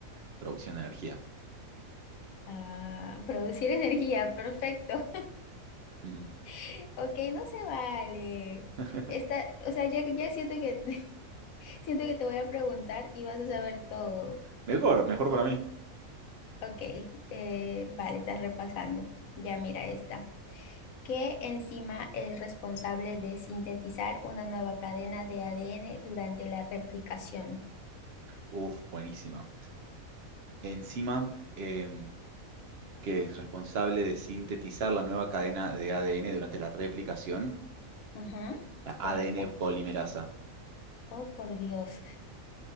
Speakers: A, on the right; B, on the left.
A: Producción de energía.
B: Ah, producir energía, perfecto.
A: Ujú.
B: <laughs> Ok, no se vale.
A: <laughs>
B: Esta, o sea, ya, ya siento que, <laughs> siento que te voy a preguntar y vas a saber todo.
A: Mejor, mejor para mí.
B: Ok, eh, vale, estás repasando. Ya mira esta. ¿Qué enzima es responsable de sintetizar una nueva cadena de ADN durante la replicación?
A: Uf, buenísima. enzima em, que es responsable de sintetizar la nueva cadena de ADN durante la replicación,
B: Ujú,
A: la ADN
B: correcto.
A: polimerasa.
B: Oh, por Dios.